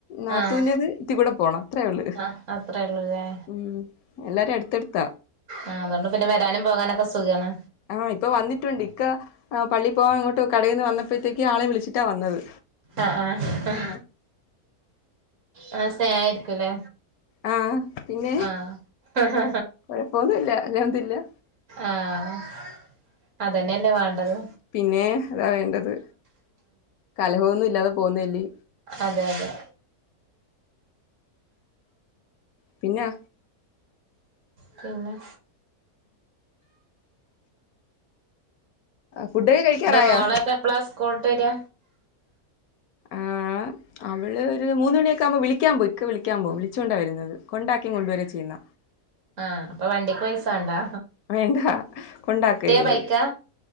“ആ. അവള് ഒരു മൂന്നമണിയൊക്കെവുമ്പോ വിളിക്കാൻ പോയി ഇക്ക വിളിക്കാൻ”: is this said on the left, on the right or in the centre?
Left